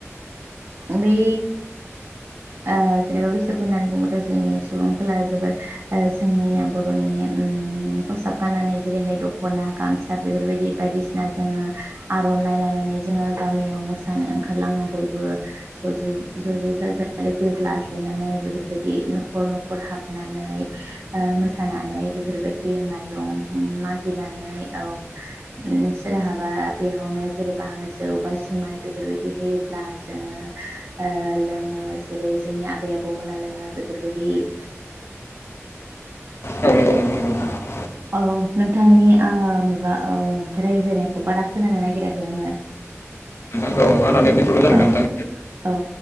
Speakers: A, on the right; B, on the left.
A: बे ओ जेनेबा बैसागु होननानै बुङोबाथ' जोंनि सुबुंफोरा जोबोद ओ जोंनिनो बर'नि खसाब गाननानै जेरैहाय दख'ना गामसा बेफोरबायदि बायदिसिना जोङो आर'नाइ लानानै जोङो गामियाव मोसा नानै ओंखारलाङो बयबो स' ज' ज' जाजाय लोगो लाज्लायनानै बेफोरबायदि न'खर न'खर हाबनानै। ओ मोसानानै बेफोरबायदि माइरं मागिनानै औ ओम सोरहाबा बेयावनो जेनेबा जौ बा जुमाय बेफोरबायदि होयोब्ला जोङो ओ लोङो जेरै जोंनि आबै आबौमोना लोङो बेफोरबायदि <inaudible>
B: <inaudible>
A: औ नोंथांनि ओ माबा ओ रायलायनायखौ बारा खोनानो नागिराखै आङो।
B: नोंथां औ आंना नेटनि प्रब्लेम जादों
A: औ
B: दा नोंथां
A: औ